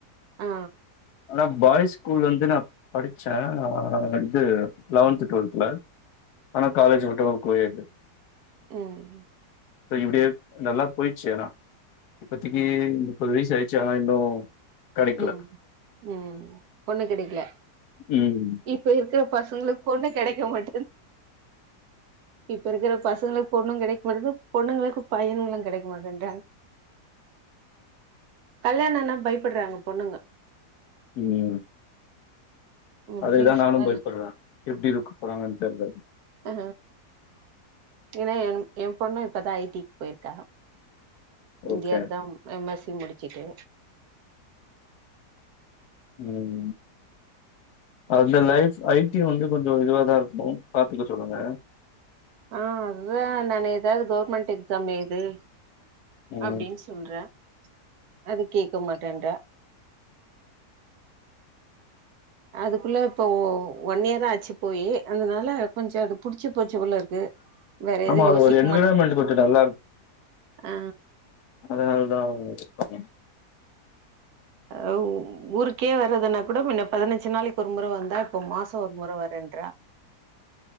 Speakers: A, on the right; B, on the left.
A: ஆ
B: ஆனா பாய்ஸ் ஸ்கூல் வந்து நான் படிச்சேன் ஆஹ் இது லெவன்த் டுவெல்த்ல ஆனா காலேஜ் மட்டும் கோயடு
A: உம்
B: இ இப்படியே நல்லா போயிச்சு ஆனா இப்பத்தைக்கு முப்பது வயசு ஆயிடுச்சு ஆனா இன்னும் கெடைக்கல
A: உம் உம் பொண்ணு கெடைக்கல
B: ம்
A: இப்ப இருக்குற பசங்களுக்கு பொண்ணு கிடைக்க மாட்டது <inaudible> இப்ப இருக்குற பசங்களுக்கு பொண்ணு கிடைக்க மாட்டது பொண்ணுங்களுக்கு பையன்களும் கிடைக்க மாட்டேன்றாங்க கல்யாணம்னா பயப்புடுறாங்க பொண்ணுங்க
B: உம் அதே
A: இப்டியே
B: தான் நானும்
A: சொல்லல
B: பயப்படுறேன் எப்டி இருக்க போறாங்கன்னு தெரிலனு
A: ஆ ஏன்னா என் என் பொண்ணும் இப்ப தான் ஐடிக்கு போயிருக்கா
B: ஓகே.
A: இந்தியரு தான் எம் எஸ் முடிச்சுட்டு
B: உம் அந்த லைஃப் ஐடி வந்து கொஞ்சம் இதுவாதான் இருக்கும் பாத்துக்க சொல்லுங்க
A: ஆஹ் அதான் நான் ஏதாவது கவர்மெண்ட் எக்ஸாம் எழுது
B: ம்.
A: அப்படின்னு சொல்றேன் அது கேட்க மாட்டேன்ரா அதுக்குள்ள இப்போ ஒன் இயர் ஆச்சு போய் அதனால கொஞ்சம் அது புடிச்சு போச்சு போல இருக்கு வேற
B: ஆமா
A: எது
B: அது
A: யோசிக்க
B: ஒரு என்விரான்மெண்ட்
A: மாட்டே
B: கொஞ்சம் நல்லா இருக்கும்
A: ஆ
B: அதனால தான்
A: ஆஹ் ஊருக்கே வர்றதுன்னா கூட முன்ன பதினஞ்சு நாளைக்கு ஒரு முறை வந்தா இப்போ மாசம் ஒரு முறை வரேன்றா